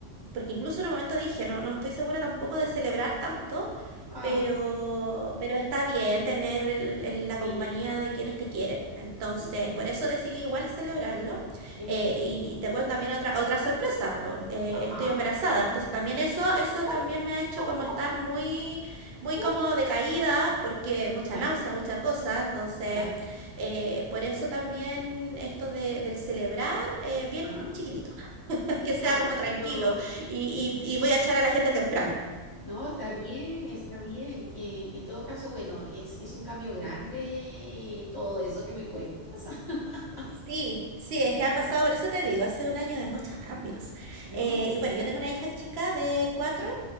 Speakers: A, on the right (about 65°); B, on the left (about 25°).
A: porque incluso en un momento dije, no, no estoy segura tampoco de celebrar tanto,
B: Ah,
A: pero, pero está bien tener el- el- la compañía
B: sí,
A: de quienes te quieren. Entonces,
B: sí,
A: por eso decidí igual celebrarlo.
B: qué bueno.
A: Eh, y, y te cuento también otra, otra sorpresa, po, eh,
B: Ajá.
A: estoy embarazada. Entonces, también eso, eso
B: <laughs>
A: también me ha hecho
B: Uh,
A: como estar
B: uh,
A: muy muy
B: uh,
A: cómodo de caída porque mucha
B: ya,
A: náusea, mucha cosa. Entonces,
B: ya,
A: eh, por eso también esto de, del celebrar eh, bien
B: ah,
A: chiquitito, <laughs> que sea
B: ah,
A: como tranquilo
B: pero
A: y, y y voy a echar a la gente temprano.
B: no, está bien, está bien. Eh, en todo caso, bueno, es, es un cambio grande eh, todo eso que me cuentas. <laughs>
A: Sí, sí, es que han pasado, por eso te digo, ha sido un año
B: Ajá.
A: de muchos cambios.
B: No,
A: Eh, y bueno,
B: ¿ves?
A: yo tengo una hija chica de cuatro,
B: ya.